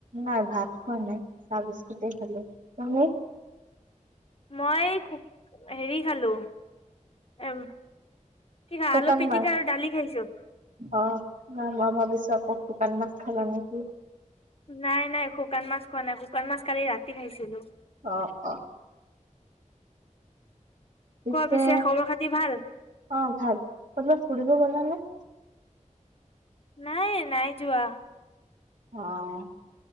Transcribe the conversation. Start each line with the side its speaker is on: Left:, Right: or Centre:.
Right: নাই ভাত খোৱা নাই চাহ বিস্কুট খালো। তুমি
Left: মই খু হেৰি খালো। এ কি খা
Right: শুকান
Left: আলু পিটিকা
Right: মাছ
Left: আৰু দালি খাইছো।
Right: অ নাই, মই ভাবিছো আকৌ শুকান মাছ খালা নেকি?
Left: নাই-নাই শুকান মাছ খোৱা নাই, শুকান মাছ কালি ৰাতি খাইছিলোঁ।
Right: অ-অ, পিছে
Left: কোৱা খবৰ খাতি ভাল?
Right: অ' ভাল ক'বাত ফুৰিব গল নে?
Left: নাই-নাই যোৱা।
Right: অ',